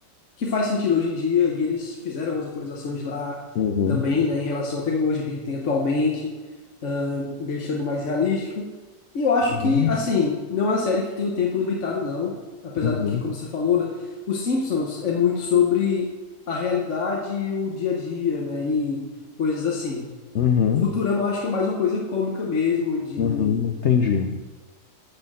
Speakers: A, on the left; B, on the left.
A: que faz sentido hoje em dia, e eles fizeram algumas atualizações lá
B: uhum,
A: também, né, em relação à tecnologia que a gente tem atualmente, ahn, deixando mais realístico. E eu acho
B: uhum,
A: que, assim, não é uma série que tem um tempo limitado, não. Apesar
B: uhum,
A: do que, como você falou, né, os Simpsons é muito sobre a realidade e o dia a dia, né, e coisas assim.
B: uhum,
A: Futurama eu acho que é mais uma coisa cômica mesmo, de
B: uhum, entendi.